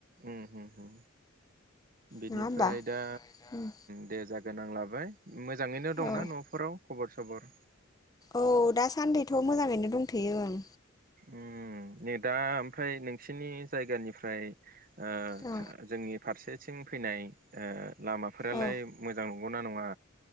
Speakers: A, on the right; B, on the left.
A: ओम हो हो बिनिफ्राय
B: नङा होमबा
A: दा
B: उम
A: दे जागोन आं लाबाय। मोजाङैनो दंना
B: औ
A: न'फोराव खबर सबर?
B: औ दासान्दिथ' मोजाङैनो दंथ'यो ओं।
A: ओम नै दा ओमफ्राय नोंसिनि जायगानिफ्राय। ओ-
B: औ
A: जोंनि फारसे। सिं फैनाय ओ- लामाफोरालाय
B: औ
A: मोजां नंगौना नङा?